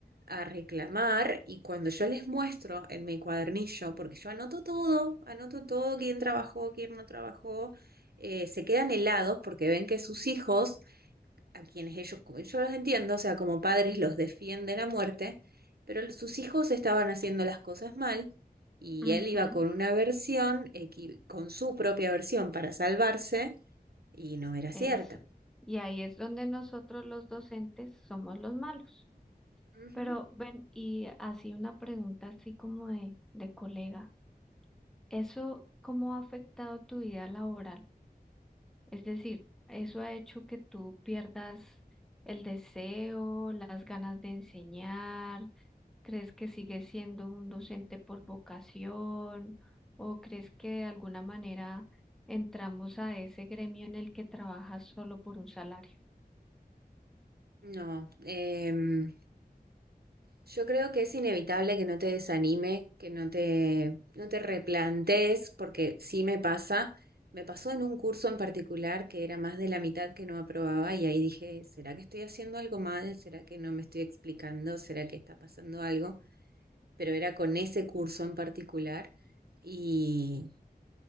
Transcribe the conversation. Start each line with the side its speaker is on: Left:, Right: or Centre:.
Right: a reclamar y cuando yo les muestro en mi cuadernillo, porque yo anoto todo, anoto todo, quién trabajó, quién no trabajó, eh, se quedan helados porque ven que sus hijos a quienes ellos, como yo los entiendo, o sea, como padres los defienden a muerte, pero sus hijos estaban haciendo las cosas mal y
Centre: Ujú,
Right: él iba con una versión, equi- con su propia versión para salvarse y no era cierta.
Centre: eso. Y ahí es donde nosotros los docentes somos los malos.
Right: Ujú.
Centre: Pero ven, y así una pregunta así como de, de colega, ¿eso cómo ha afectado tu vida laboral? Es decir, eso ha hecho que tú pierdas el deseo, las ganas de enseñar, crees que sigues siendo un docente por vocación o crees que de alguna manera entramos a ese gremio en el que trabajas solo por un salario.
Right: No, em, Yo creo que es inevitable que no te desanime, que no te, no te replantees, porque sí me pasa. Me pasó en un curso en particular que era más de la mitad que no aprobaba y ahí dije, ¿será que estoy haciendo algo mal? ¿Será que no me estoy explicando? ¿Será que está pasando algo? Pero era con ese curso en particular y,